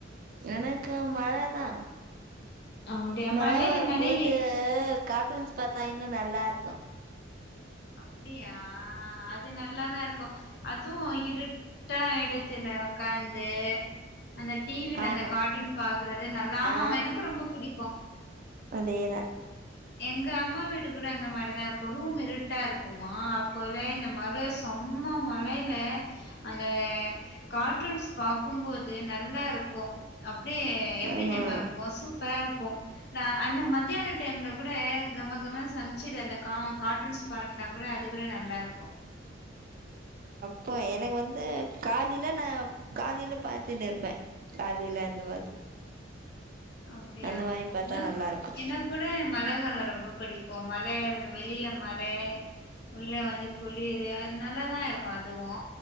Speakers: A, on the right; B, on the left.
A: எனக்கு மழைதா
B: அப்டியா
A: மழை
B: மழைல
A: வரும்போது
B: நனைவி
A: கார்ட்டூன்ஸ் பாத்தா இன்னு நல்லா இருக்கு
B: அப்டியா அது நல்லாதா இருக்கு அதுவு இரு டா ஆயிடுச்சுன்ன உக்காந்து அந்த டிவில
A: ஆமா
B: அந்த கார்ட்டூன் பாக்குறது நல்லாம
A: ஆ
B: அவன் எனக்கு ரொம்ப புடிக்கு
A: அதேதா
B: எங்க அம்மா வீடு கூட அந்த மாரிதா இருக்கு ரூம் இருட் டா இருக்குமா அப்போ இலே இந்த மலே செம்ம மழையில அந்த கார்ட்டூன்ஸ் பாக்கும்போது நல்லா இருக்கு அப்டியே எப்டி
A: ஆமா
B: தெர்மா
A: ஆமா
B: இருக்கு சூப்பரா இருக்கு நா அந்த மத்தியான டைம்ல கூட கம கம சமைச்சுட்டு இருந்த கா கார்ட்டூன்ஸ் பாட்னா கூட அது கூட நல்லா இருக்கு
A: இப்போ எனக்கு வந்து காலேயில நா காலேயில பாத்துட்டு இருப்பே காலேயில அந்த மாதிரி
B: அப்டியா
A: அந்த மாரி பாத்தா
B: என
A: நல்லா
B: கூ
A: இருக்கு
B: என கூட மழ கால ரொம்ப பிடிக்கு மழ வெளியில மழ உள்ள வந்து குளிரு அது நல்லாதா இருக் கதுவு